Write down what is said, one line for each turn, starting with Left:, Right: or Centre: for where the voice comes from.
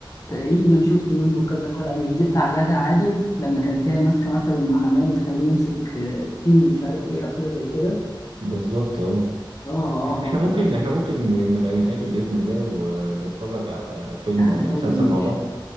Left: تقريبا شفت منه كذا حلقه مش دي بتاع غادة عادل لما كانت هي ماسكه مكتب المحاماه وتخليه يمسك آه، التين ومش عارف ايه او حاجه زي كده
Right: بالظبط اه
Left: اه اه
Right: احنا
Left: اه افتكرت
Right: ممكن احنا ممكن نبقى نتقابل بإذن الله ونتفرج على فيلم
Left: احنا
Right: ولا
Left: لازم
Right: مسلسل مع
Left: نتقابل
Right: بعض